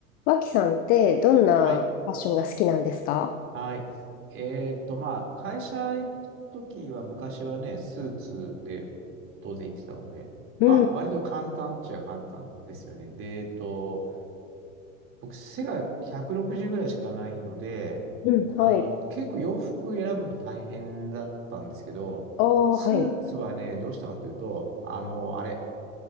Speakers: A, on the left; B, on the right.
A: 脇さんってどんなファッションが好きなんですか
B: はい。はい。えーっと、まあ、会社行くときは、昔はね、スーツで当然行ってたので、
A: うん、
B: まあ、
A: うん、
B: 割と簡単っちゃ簡単ですよね。で、えーっと、僕、背が160ぐらいしかないので、
A: うんはい。
B: あの、結構洋服選ぶの大変だったんですけど、
A: おー、
B: スーツはね、
A: はい。
B: どうしたかというと、あの、あれ、